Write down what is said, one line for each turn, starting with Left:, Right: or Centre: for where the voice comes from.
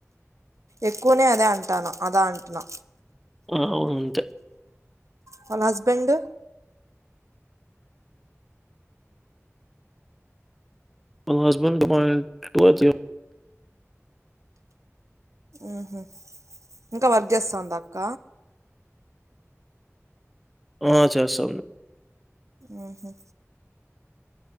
Right: ఎక్కువనే అదా అంటాన అదా అంట్నా
Centre: ఆ అంతే
Right: వాళ్ళ హస్బెండ్
Centre: వాళ్ళ హస్బండ్ కి బాండ్ టోచే
Right: ఊహు ఇంకా వర్క్ చేస్తాందా అక్క
Centre: ఆ చేస్తాంది
Right: ఆహా